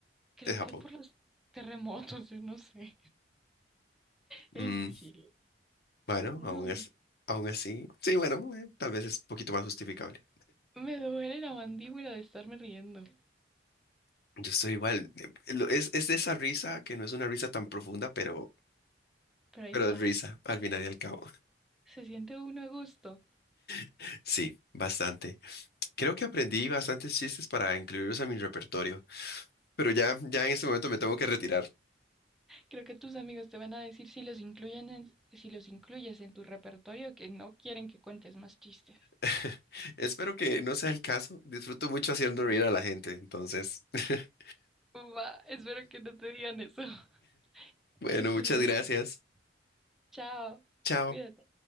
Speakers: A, in the centre; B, on the left (about 55°).
A: Creo
B: es Japón.
A: que por los terremotos, yo no sé. En
B: Mm,
A: Chile.
B: bueno,
A: No,
B: aún as- aún así. Sí, bueno, eh, tal vez es un poquito más justificable.
A: me duele la mandíbula de estarme riendo.
B: Yo soy igual. eh, lo- Es, es de esa risa que no es una risa tan profunda, pero,
A: Pero ahí
B: pero
A: está.
B: es risa al final y al cabo.
A: Se siente uno a gusto.
B: <laughs> Sí, bastante. Creo que aprendí bastantes chistes para incluirlos a mi repertorio, pero ya, ya en este momento me tengo que retirar.
A: Creo que tus amigos te van a decir si los incluyen en- si los incluyes en tu repertorio que no quieren que cuentes más chistes.
B: <laughs> Espero que no sea el caso. Disfruto mucho haciendo reír a la gente, entonces. <laughs>
A: Va, espero que no te digan eso. <laughs>
B: Bueno,
A: Que estuvieron
B: muchas gracias.
A: buenos. Chao.
B: Chao.
A: Cuídate.